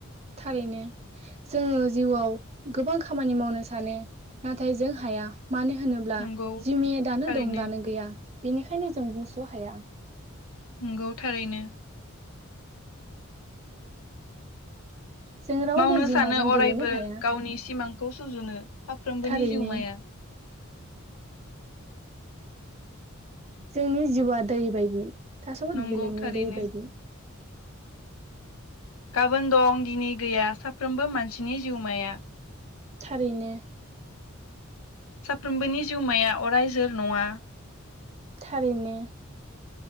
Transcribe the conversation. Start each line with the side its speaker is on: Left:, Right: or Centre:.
Right: थारैनो जोङो जिउआव गोबां खामानि मावनो सानो नाथाय जों हाया। मानो होनोब्ला
Left: नंगौ
Right: जिमाया दानो
Left: थारैनो
Right: दं दानो गैया बेनिखायनो जों बुंस' हाया।
Left: नंगौ थारैनो।
Right: जों रावबो
Left: मावनो
Right: जिउमाजों
Left: सानो अरायबो
Right: गेलेनो हाया
Left: गावनि सिमांखौ सुजुनो साफ्रोमबोनि
Right: थारैनो
Left: जिउमाया।
Right: जोंनि जिउआ दै बायदि थास'
Left: नंगौ
Right: बिलाइनि
Left: थारैनो
Right: दै बायदि
Left: गाबोन दं दिनै गैया साफ्रोमबो मानसिनि जिउमाया।
Right: थारैनो
Left: साफ्रोमबोनि जिउमाया अराय जोर नङा
Right: थारैनो